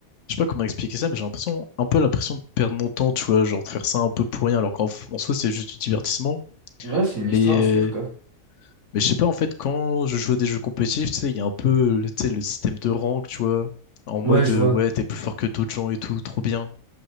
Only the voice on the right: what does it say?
Ouais, c'est une
histoire à
suivre, quoi.
Ouais, je
vois.